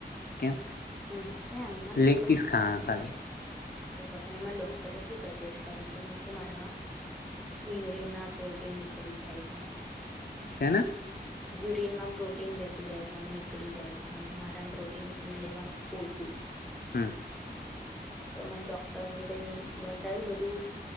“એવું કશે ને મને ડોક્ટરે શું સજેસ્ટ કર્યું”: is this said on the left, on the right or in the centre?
Centre